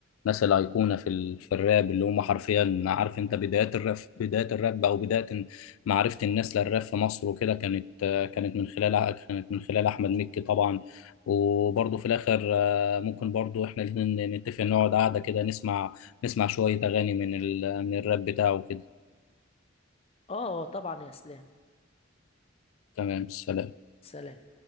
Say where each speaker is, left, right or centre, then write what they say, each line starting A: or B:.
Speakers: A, on the left; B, on the left.
A: الناس الأيقونة في ال... في الراب اللي هم حرفيا عارف أنت بدايات الراب بداية الراب أو بداية معرفة الناس للراب في مصر وكده كانت آه، كانت من خلال كانت من خلال أحمد مكي طبعا وبرضه في الآخر آه، ممكن برضه إحنا الاتنين نتفق نقعد قعدة كده نسمع نسمع شوية أغاني من ال... من الراب بتاعه كده
B: اه آه، طبعا يا اسلام
A: تمام سلام
B: سلام